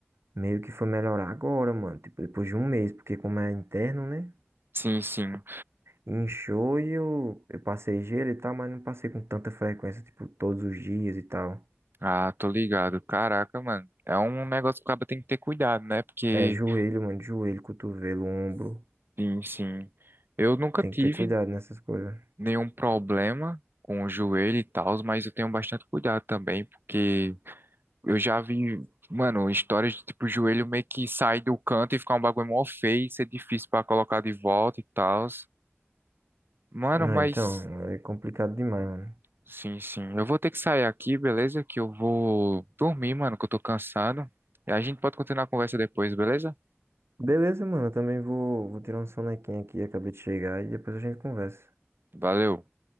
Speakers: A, on the right; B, on the right.
A: meio que foi melhorar agora, mano. Tipo, depois de um mês, porque como é interno, né?
B: sim, sim.
A: Inchou e eu, eu passei gelo e tal, mas não passei com tanta frequência, tipo, todos os dias e tal.
B: Ah, tô ligado. Caraca, mano. É um negócio que o cara tem que ter cuidado, né? Porque,
A: É joelho, mano, joelho, cotovelo, ombro.
B: sim, sim. Eu nunca
A: Tem
B: tive
A: que ter cuidado nessas coisas.
B: nenhum problema com o joelho e tal, mas eu tenho bastante cuidado também, porque eu já vi, mano, histórias de tipo, o joelho meio que sai do canto e ficar um bagulho mó feio, ser difícil pra colocar de volta e tal. Mano,
A: Ah,
B: mas,
A: então, é complicado demais, mano.
B: sim, sim. Eu vou ter que sair aqui, beleza? Que eu vou dormir, mano, que eu tô cansado. E a gente pode continuar a conversa depois, beleza?
A: Beleza, mano, eu também vou, vou tirar um sonequinho aqui, acabei de chegar e depois a gente conversa.
B: Valeu.